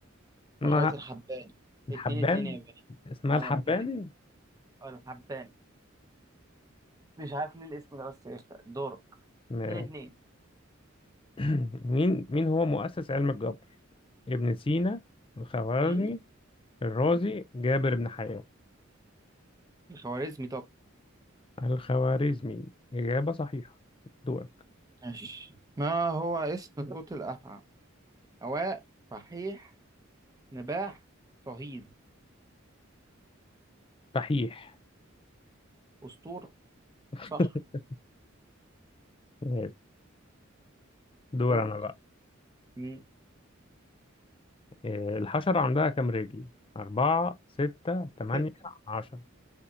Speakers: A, on the right (about 15°); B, on the left (about 25°).
A: بحيرة
B: اسمها
A: الحبان
B: الحبان
A: اتنين اتنين يا باشا
B: اسمها
A: اه
B: الحبان
A: اتنين آه، الحبان مش عارف ليه الاسم ده بس قشطة دورك
B: ماشي.
A: اتنين اتنين
B: <clears throat> مين مين هو مؤسس علم الجبر ابن سينا الخوارزمي
A: هم؟
B: الرازي
A: هم؟
B: جابر بن حيان
A: الخوارزمي طب
B: الخوارزمي إجابة صحيحة دورك
A: ماشي ما هو اسم صوت الأفعى أواء فحيح نباح صهيل
B: صحيح
A: أسطور
B: <laughs>
A: صح
B: ماشي. دور
A: دور
B: أنا بقى
A: هم.
B: إيه، الحشرة عندها كام رجل أربعة ستة تمانية
A: ست
B: عشرة